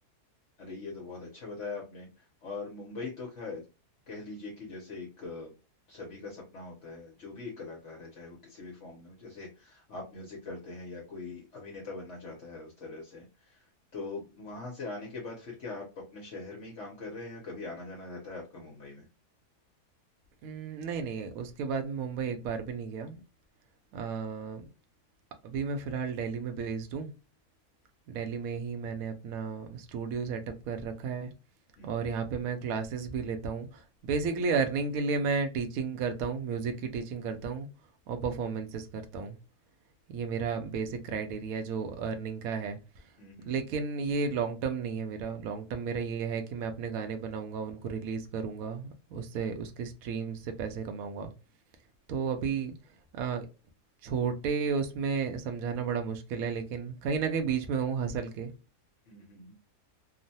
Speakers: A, on the left; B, on the right.
A: अरे ये तो बहुत अच्छा बताया आपने और मुंबई तो ख- कह लीजिए कि जैसे एक अ, सभी का सपना होता है जो भी एक कलाकार है चाहे वो किसी भी फॉर्म में हो जैसे आप म्यूजिक करते हैं या कोई अभिनेता बनना चाहता है उस तरह से तो वहां से आने के बाद फिर क्या आप अपने शहर में ही काम कर रहे हैं या कभी आना जाना रहता है आपका मुंबई में
B: उम, नहीं, नहीं, उसके बाद मैं मुंबई एक बार भी नहीं गया। अ, अभी मैं फ़िलहाल दिल्ली में बेस्ड हूँ। दिल्ली में ही मैंने अपना स्टूडियो सेटअप कर रखा है
A: हम्म
B: और यहाँ पे मैं क्लासेस भी लेता हूँ। बेसिकली अर्निंग के लिए मैं टीचिंग करता हूँ, म्यूज़िक की टीचिंग करता हूँ और परफॉर्मेंसेस करता हूँ। ये मेरा बेसिक क्राइटेरिया जो अर्निंग का है।
A: हम्म हम्म
B: लेकिन ये लॉन्ग टर्म नहीं है मेरा। लॉन्ग टर्म मेरा ये है कि मैं अपने गाने बनाऊँगा, उनको रिलीज़ करूँगा, उससे उसके स्ट्रीम से पैसे कमाऊँगा। तो अभी अ, छोटे उसमें समझाना बड़ा मुश्किल है लेकिन कहीं ना कहीं बीच में हूँ हसल के
A: हम्म, हम्म, हम्म।